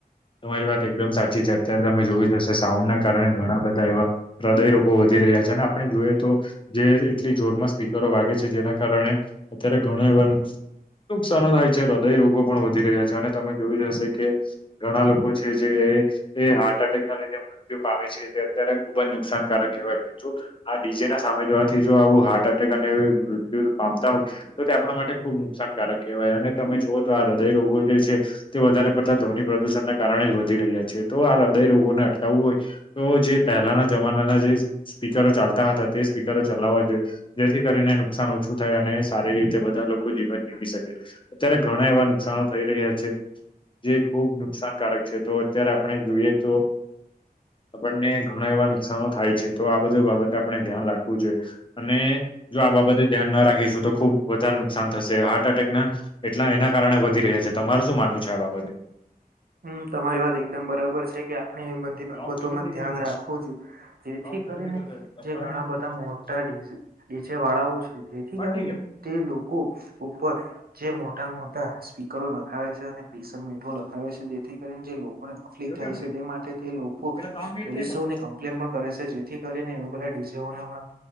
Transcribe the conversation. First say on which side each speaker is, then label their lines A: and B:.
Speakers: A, on the left; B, on the right.
A: તમારી વાત એકદમ સાચી છે અત્યારે તમે જોયું જશે સાઉન્ડ ના કારણે ઘણા બધ એવા હૃદય રોગો વધી રહ્યા છે અને આપણે જોઈએ તો, જે એટલી જોરમાં સ્પીકરો વાગે છે જેના કારણે અત્યારે ઘણા એવા નુક નુકસાાન થાય છે, હૃદય રોગો પણ વધી રહ્યા છે અને તમે જોયું જશે કે, ઘણા લોકો છે જે, તે હાર્ટ એટેક ના લીધે મૃત્યુ પામે છે તે અત્યારે ખુબ જ નુકસાનકારક કહેવાય છે જો આ ડીજે ના સામે જોવાથી જો આવું હાર્ટ એટેક અને એ મૃત્યુ પામતા હોય, તો તે આપણા માટે ખુબ નુકસાનકારક કહેવાય અને તમે જુઓ તો આ હૃદય રોગો જે છે. તે વધારે પડતા ધ્વની પ્રદુષણને કારણે જ વધી રહ્યા છે તો આ હૃદય રોગોને અટકાવવું હોય. તો જે પહેલાના જમાનાના જે સ્પીકરો ચાલતા હતા તે સ્પીકરો ચલાવવા જોઈએ. જેથી કરીને નુકસાન ઓછું થાય અને સારી રીતે બધા લોકો જીવન જીવી શકે. અત્યારે ઘણા એવા નુકસાન થઈ રહ્યા છે જે ખુબ નુકસાનકારક છે, તો અત્યારે આપણે જોઈએ તો. આપણને ઘણા એવા નુકસાન થાય છે, તો આ બધું બાબતે આપણે ધ્યાન રાખવું જોઈએ. અને જો આ બાબતે ધ્યાન ના રાખીશું તો, ખુબ વધારે નુકસાન થશે, હાર્ટ એટેકના એટલા એના કારણે વધી રહ્યા છે, તમારું શું માનવું છે આ બાબતે?
B: હમ, તમારી વાત એકદમ બરાબર છે કે, આપણી બધી બાબતોમાં
A: લોક પેલું થઈ
B: ધ્યાન
A: ગયેલું છે
B: રાખવું જ જેથી
A: લોક પેલું
B: કરીને
A: થઈ ગયેલું છે
B: જે
A: દબાવીને
B: ઘણા
A: કટ
B: બધા મોટા ડી ડીજે વાળાઓ છે, જેથી કરીને
A: થઈ ગયો
B: તે લોકો ઉપર જે મોટા મોટા સ્પીકરો નખાવે છે, અને પ્રેશર મીઠો આવે છે, જેથી કરીને જે લોકોને તકલીફ
A: એવું
B: થાય
A: કેમ
B: છે, તે માટે તે લોકો
A: પેલા ત્રણ મિનિટ
B: પોલીસોને
A: થયેલા
B: ક લે પણ કરે છે, જેથી કરીને એ લોકોના ડીજેઓના હમણાં